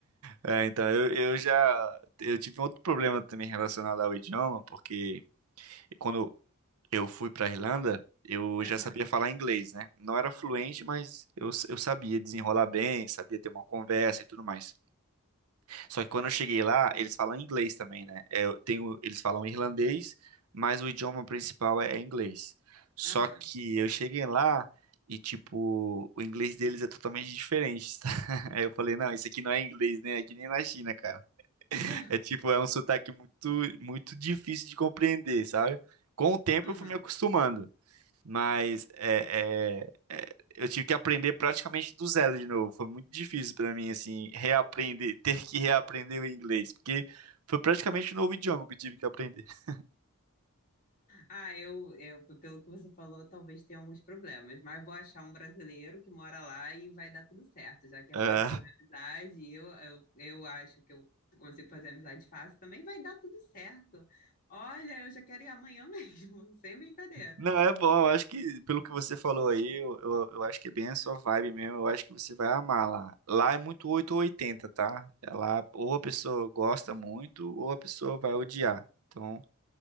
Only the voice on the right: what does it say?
É, então, eu, eu já eu tive outro problema também relacionado ao idioma, porque quando eu fui para Irlanda, eu
já sabia falar inglês, né? Não era fluente, mas eu, eu sabia desenrolar bem, sabia ter uma conversa e tudo mais. Só que quando eu cheguei lá, eles falam inglês também, né? É, Eu tenho, eles falam irlandês, mas o idioma principal é, é inglês. Só
que eu cheguei lá e, tipo, o inglês deles é totalmente diferente. tá? <laughs> Aí eu falei, não, isso aqui não é inglês, nem aqui nem na China, cara.
É tipo, é um sotaque muito, muito difícil de compreender, sabe? Com o tempo
eu fui me acostumando. Mas é, é, é, eu tive que aprender praticamente do zero de novo. Foi muito difícil para mim, assim, reaprender, ter que reaprender o inglês, porque foi praticamente um novo idioma que eu tive que aprender. <laughs>
Ah,
não, é bom, eu acho que, pelo que você falou aí, eu, eu, eu acho que é bem a sua vibe mesmo. Eu acho que você vai amar lá. Lá é muito 8 ou 80, tá? É Lá ou a pessoa gosta muito, ou a pessoa vai odiar. Então,